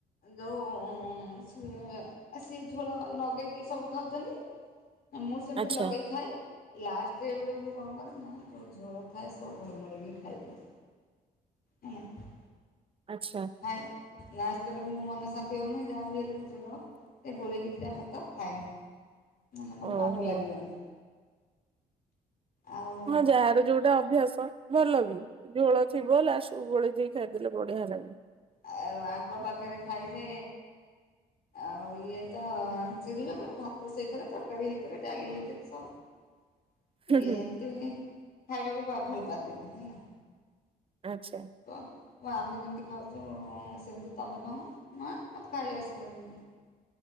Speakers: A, on the left; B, on the right.
A: ଯଉ ସିଏ ସିଏ ଝୋଳ ନଗେଇକି ସବୁ ଖାଉଛନ୍ତି। ମୁଁ ସେମିତି
B: ଆଚ୍ଛା
A: ଲଗେଇ ଖାଏ। ଲାଷ୍ଟ ବେଳକୁ କଣ କରେ! ନା ଯଉ ଝୋଳ ଥାଏ ସବୁ ଗୋଳମଳିକି ଖାଇଦିଏ। ହେଲା
B: ଆଚ୍ଛା।
A: ଖାଏ, ଲାଷ୍ଟ ତେଳକୁ ମୁଁ ମନ ଶାନ୍ତି ହେଉନାହିଁ ଯାହା ବି ହେଲେ ମୁଁ ଝୋଳ ଗୋଳେଇକି ଦିଟା ଭାତ ଖାଏ, ନହେଲେ ମୋତେ
B: ଓହୋ
A: ଭାଗ ଲାଗିବନି। ଆଉ
B: ହଁ ଯାହାର ଯୋଉଟା ଅଭ୍ୟାସ। ଭଲ ବି ଝୋଳ ଥିବ ଲାଷ୍ଟକୁ ଗୋଳେଇ ଦେଇକି ଖାଇଦେଲେ ବଢିଆ ଲାଗେ।
A: ଆଉ ଆଙ୍କ ପାଖରେ ଖାଇଲେ ଆଉ ଇଏ ତ ଚିଡିବେ ପୁରା ଭାତ ସେଇଥିରେ ତରକାରୀ ହେଇଥରେ ଡାଲି ହେଇଥରେ ସବୁ
B: ହୁଁ
A: ଇଏ ଏମିତି ଖାଇବାକୁ ଭଲ ପାଆନ୍ତିନି ହେଲା!
B: ଆଚ୍ଛା।
A: କହ ଓ ଆମେ ଯେମିତି ଖାଉଛୁ! ସେମିତି ତମେ ଖାଉନ? ମା ତ ଖାଇ ଆସିବନି